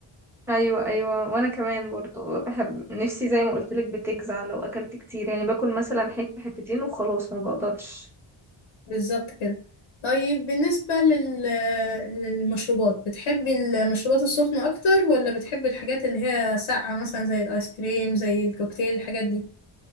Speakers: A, in the centre; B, on the left (about 80°).
A: ايوه ايوه وانا كمان برضو بحب نفسي زي ما قلت لك بتجزع لو اكلت كتير يعني باكل مثلا حته حتتين وخلاص ما بقدرش
B: بالظبط كده طيب بالنسبه لل... للمشروبات بتحبي المشروبات السخنه اكتر ولا بتحبي الحاجات اللي هي ساقعه مثلا زي الايس كريم زي الكوكتيل الحاجات دي